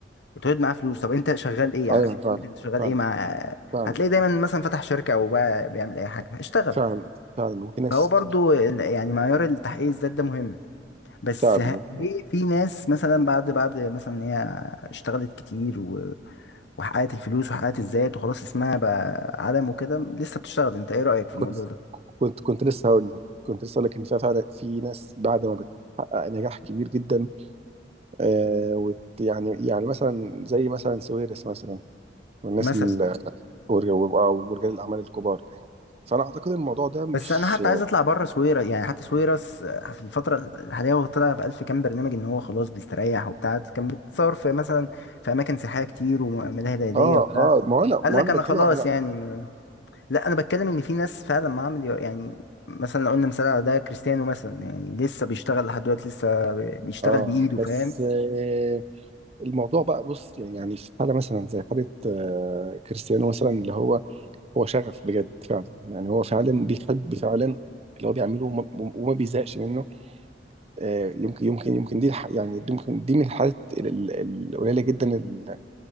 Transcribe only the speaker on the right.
ايوه
فعلا
فعلا
فعلا
فعلا فعلا وفي ناس
فعلا
و-
كنت
كنت كنت لسه هقول لك كنت لسه هقول لك ان في فعلا في ناس بعد ما بتحقق نجاح كبير جدا آه وت يعني يعني مثلا زي مثلا سويرس مثلا والناس
ال- ورج- وبقى- ورجال الاعمال الكبار فانا اعتقد الموضوع ده مش
اه
اه ما انا
ما
انا
بتكلم
على
اه
بس آه الموضوع بقى بص يعني يعني في حاله مثلا زي حاله آه كريستيانو مثلا اللي هو هو شغف بجد فعلا يعني هو فعلا بيحب فعلا اللي هو بيعمله وما, وما بيزهقش منه آه، يمكن يمكن يمكن دي الح- يعني دي يمكن دي من الحالات ال- ال- القليله جدا ال-